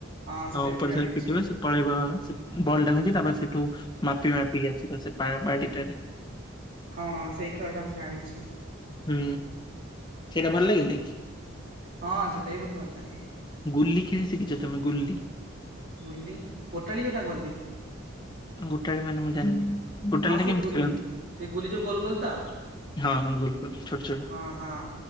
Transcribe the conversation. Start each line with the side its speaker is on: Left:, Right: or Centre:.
Right: ହଁ ସେଇଟା
Left: ଉପର
Right: ବି ମୁଁ ଜାଣିଛି।
Left: ସାଇଡ୍ ପିଟିବ ସେ ପଳେଇବ ବଲ ଧରିଛି ତାପରେ ସେଠୁ ମାପି ମାପିକି ଆସିବ ସେ ବାଡିଟାରେ
Right: ହଁ ସେଇ ଖେଳଟା ମୁଁ ଜାଣିଛି।
Left: ହୁଁ ସେଇଟା ଭଲ ଲାଗେ ନାଇଁ କି?
Right: ହଁ ସେଟା ବି ବହୁତ ଭଲ ଲାଗେ।
Left: ଗୁଲି ଖେଳି ଶିଖିଛ ତମେ ଗୁଲି
Right: ଗୁଲି ଗୋଟାଳି ଯୋଉଟା କୁହନ୍ତି।
Left: ଗୋଟାଳି ମାନେ ମୁଁ ଜାଣିନି ଗୋଟାଳି
Right: ହଁ ସେ
Left: ଟା କେମିତି
Right: ଗୁଲି
Left: ଖେଳନ୍ତି?
Right: ସେ ଗୁଲି ଯୋଉ ଗୋଲ ଗୋଲ ତ?
Left: ହଁ ହଁ ଗୋଲ ଗୋଲ ଛୋଟ ଛୋଟ
Right: ହଁ ହଁ